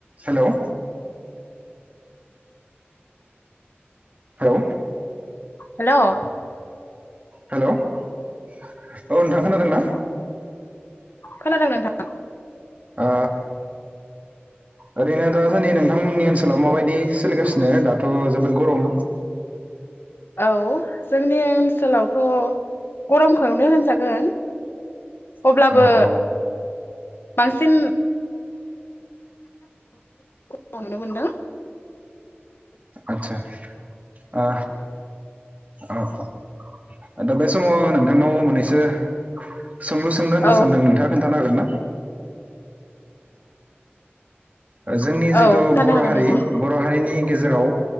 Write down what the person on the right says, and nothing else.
Hello hello
hello औ नोंथां खोनादोंना?
ओ ओरैनो दासान्दि नोंथांमोननि ओनसोलाव माबायदि सोलिगासिनो? दाथ' जोबोद गरम।
औ औ
आदसा ओ औ दा बे समाव आङो नोंथांनाव मोननैसो सोंलु सोंनो होनना
सानदों नोंथाङा खोन्थानो हागोन ना? ओ जोंनि जिथु
बर'
हारि
बर' हारिनि गेजेराव